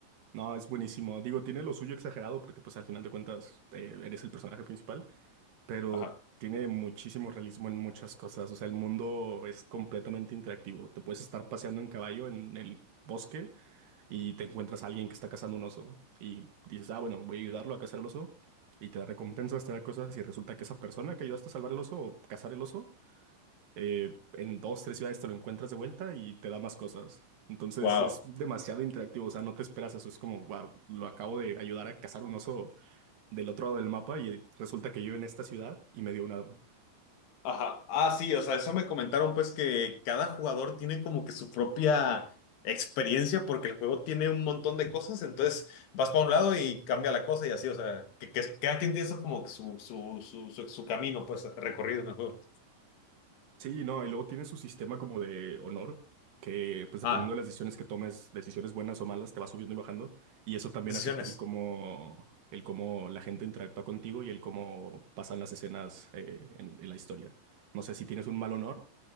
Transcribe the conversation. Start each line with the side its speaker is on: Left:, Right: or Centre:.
Right: no, es buenísimo. Digo, tiene lo suyo exagerado porque pues al final de cuentas eh, eres el personaje principal, pero
Left: Ajá.
Right: tiene muchísimo realismo en muchas cosas. O sea, el mundo es completamente interactivo. Te puedes estar paseando en caballo en el bosque y te encuentras a alguien que está cazando un oso y dices, ah, bueno, voy a ayudarlo a cazar el oso y te da recompensas, te da cosas y resulta que esa persona que ayudaste a salvar el oso o cazar el oso, eh, en dos, tres ciudades te lo encuentras de vuelta y te da más cosas. Entonces
Left: Wow.
Right: es demasiado interactivo, o sea, no te esperas eso, es como, wow, lo acabo de ayudar a cazar un oso del otro lado del mapa y resulta que yo en esta ciudad y me dio un arma.
Left: Ajá. Ah, sí, o sea, eso me comentaron pues que cada jugador tiene como que su propia experiencia porque el juego tiene un montón de cosas, entonces vas para un lado y cambia la cosa y así, o sea, que, que cada quien tiene eso como que su, su, su, su, su camino pues recorrido en el juego.
Right: Sí, no, y luego tiene su sistema como de honor, que pues dependiendo
Left: Ah,
Right: de las decisiones que tomes, decisiones buenas o malas, te va subiendo y bajando. Y eso también
Left: decisiones.
Right: afecta el cómo, el cómo la gente interactúa contigo y el cómo pasan las escenas eh, en, en la historia. No sé si tienes un mal honor,